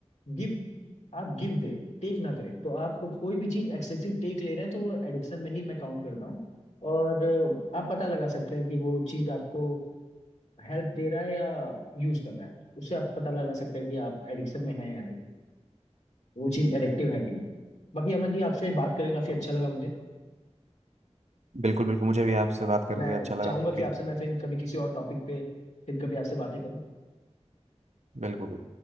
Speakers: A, on the left (about 70°); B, on the right (about 75°).
A: गिव आप गिव दे टेक ना करें तो आप कोई भी चीज एक्सेसिव टेक ले रहे हैं तो वो एडिक्शन में ही मैं काउंट करता हूँ और अ, आप पता लगा सकते हैं कि वो चीज आपको हेल्प दे रहा है या यूज कर रहा है उससे आप पता लगा सकते हैं कि आप एडिक्शन में हैं या नहीं वो चीज एडिक्टिव है कि नहीं बाकी अमन जी आपसे बात करके काफी अच्छा लगा मुझे
B: बिल्कुल बिल्कुल मुझे भी आपसे
A: हाँ
B: बात करके
A: मैं
B: अच्छा लगा
A: चाहूंगा
B: बिल्कुल
A: कि आपसे मैं फिर कभी किसी और टॉपिक पे फिर कभी आपसे बातें करूँ
B: बिल्कुल